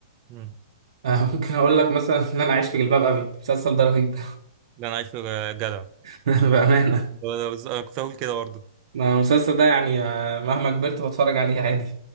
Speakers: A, on the right; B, on the right.
A: مم.
B: آه، <laughs> ممكن أقول لك مثلا إن أنا أعيش في جلباب أبي المسلسل ده رهيب
A: ده انا عايش في جدع
B: <laughs> بأمانة
A: ده- ده- انا كنت هقول كده برضه
B: ما المسلسل ده يعني آه، مهما كبرت بتفرج عليه عادي